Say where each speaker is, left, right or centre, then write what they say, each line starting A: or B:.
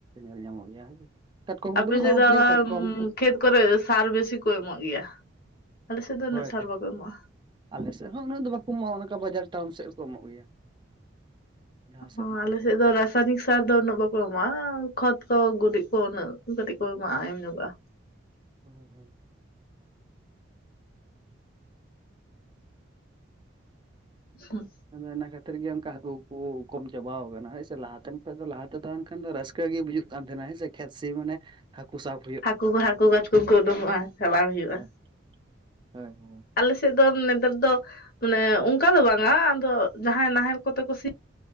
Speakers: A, on the right (about 25°); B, on the left (about 50°).
A: ᱧᱮᱞ ᱧᱟᱢᱚᱜ ᱜᱮᱭᱟ ᱦᱳᱭ᱾ ᱠᱟᱴᱠᱚᱢ ᱠᱚᱫᱚ
B: ᱟᱯᱮ
A: ᱠᱚ
B: ᱥᱮᱫ
A: ᱧᱟᱢᱚᱜ
B: ᱫᱚ
A: ᱜᱮᱭᱟ
B: ᱟᱵᱟᱨ
A: ᱠᱟᱴᱠᱚᱢ ᱠᱚ
B: ᱠᱷᱮᱛ ᱠᱚᱨᱮ ᱥᱟᱨ ᱵᱮᱥᱤ ᱠᱚ ᱮᱢᱚᱜ ᱜᱮᱭᱟ᱾ ᱟᱞᱮ ᱥᱮᱫ ᱫᱚ
A: ᱦᱳᱭ
B: ᱩᱱᱟᱹᱜ ᱥᱟᱨ
A: ᱦᱳᱭ
B: ᱵᱟᱠᱚ ᱮᱢᱚᱜᱼᱟ
A: ᱟᱞᱮ ᱥᱮᱫ ᱦᱚᱸ ᱩᱱᱟᱹᱜ ᱫᱚ ᱵᱟᱠᱚ ᱮᱢᱚᱜᱼᱟ ᱚᱱᱠᱟ ᱵᱟᱡᱟᱨ ᱴᱟᱣᱩᱱ ᱥᱮᱫ ᱦᱚᱸᱠᱚ ᱮᱢᱚᱜ ᱜᱮᱭᱟ᱾ ᱡᱟᱦᱟᱸ
B: ᱚ
A: ᱚᱱᱠᱟ
B: ᱟᱞᱮ ᱥᱮᱫ ᱫᱚ ᱨᱟᱥᱟᱭᱱᱤᱠ ᱥᱟᱨ ᱫᱚ ᱩᱱᱟᱹᱜ ᱵᱟᱠᱚ ᱮᱢᱟᱜᱼᱟ, ᱠᱷᱚᱛ ᱠᱚ ᱜᱩᱨᱤᱡ ᱠᱚ ᱩᱱᱟᱹᱜ ᱠᱟᱹᱴᱤᱡ ᱠᱚ ᱮᱢᱟᱜᱼᱟ ᱮᱢ ᱧᱚᱜᱚᱜᱼᱟ᱾
A: <inaudible>
B: ᱦᱩᱸ᱾
A: ᱟᱫᱚ ᱚᱱᱟ ᱠᱷᱟᱹᱛᱤᱨ ᱜᱮ ᱚᱱᱠᱟ ᱦᱟᱹᱠᱩ ᱠᱚ ᱠᱚᱢ ᱪᱟᱵᱟ ᱠᱟᱱᱟ ᱦᱳᱭ ᱥᱮ ᱞᱟᱦᱟ ᱛᱮᱱ ᱠᱷᱚᱱ ᱫᱚ ᱞᱟᱦᱟᱛᱮ ᱛᱟᱦᱮᱸᱱ ᱠᱷᱟᱱ ᱫᱚ ᱨᱟᱹᱥᱠᱟᱹ ᱜᱮ ᱵᱩᱡᱷᱩᱜ ᱠᱟᱱ ᱛᱟᱦᱮᱸᱱᱟ ᱦᱳᱭ ᱥᱮ ᱠᱷᱮᱛ ᱥᱤ ᱢᱟᱱᱮ ᱦᱟᱹᱠᱩ ᱥᱟᱯ
B: ᱦᱟᱹᱠᱩ ᱠᱚ ᱦᱟᱹᱠᱩ ᱠᱟᱴᱠᱚᱢ ᱠᱚ ᱩᱰᱩᱠᱚᱜᱼᱟ ᱪᱟᱞᱟᱣ ᱦᱩᱭᱩᱜᱼᱟ᱾
A: ᱦᱳᱭ ᱦᱳᱭ ᱦᱮᱸ᱾
B: ᱟᱞᱮ ᱥᱮᱫ ᱫᱚ ᱱᱮᱛᱟᱨ ᱫᱚ ᱢᱟᱱᱮ ᱚᱝᱠᱟ ᱫᱚ ᱵᱟᱝᱼᱟ ᱟᱫᱚ ᱡᱟᱦᱟᱸᱭ ᱱᱟᱦᱮᱞ ᱠᱚᱛᱮ ᱠᱚ ᱥᱤ